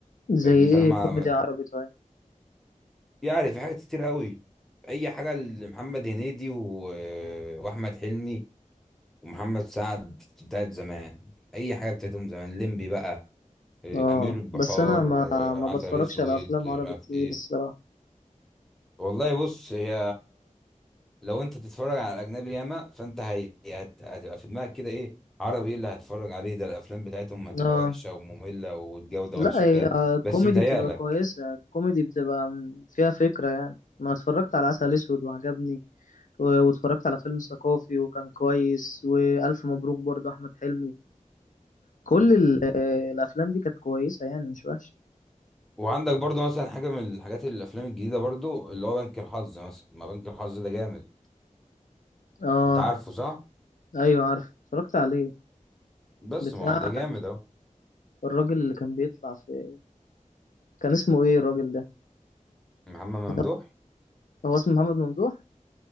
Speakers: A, in the centre; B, on the left.
A: فاهمني
B: زي
A: فأنا
B: ايه
A: ما
B: كوميدي عربي طيب
A: يعني في حاجات كتير قوي أي حاجة لمحمد هنيدي و... وأحمد حلمي ومحمد سعد بتاعت زمان أي حاجة بتاعتهم زمان ليمبي بقى آه،
B: اه
A: أمير البحار
B: بس انا ما
A: آه،
B: ما
A: عسل
B: بتفرجش
A: أسود
B: على افلام
A: مش
B: عربي
A: عارف
B: كتير
A: إيه
B: الصراحة
A: والله بص هي لو انت تتفرج على اجنبي ياما فانت هي... هت... هتبقى في دماغك كده ايه عربي ايه اللي هتتفرج عليه ده الافلام بتاعتهم هتبقى
B: اه
A: وحشه وممله والجوده
B: لا
A: وحشه
B: هي
A: وكده
B: الكوميدي
A: بس متهيألك
B: بتبقى كويسة الكوميدي بتبقى م- فيها فكرة يعني ما اتفرجت على عسل اسود وعجبني و- واتفرجت على فيلم ثقافي وكان كويس والف مبروك برضه احمد حلمي كل
A: مم.
B: ال- آه، الافلام دي كانت كويسه يعني مش وحشه
A: وعندك برضو مثلا حاجه من الحاجات الافلام الجديده برضو اللي هو بنك الحظ مثلا ما بنك الحظ ده جامد
B: اه
A: انت عارفه صح
B: ايوه عارف اتفرجت عليه
A: بس
B: بتاع
A: ما هو ده جامد اهو
B: الراجل اللي كان بيطلع في كان اسمه ايه الراجل ده
A: محمد ممدوح
B: اللي هو هو اسمه محمد ممدوح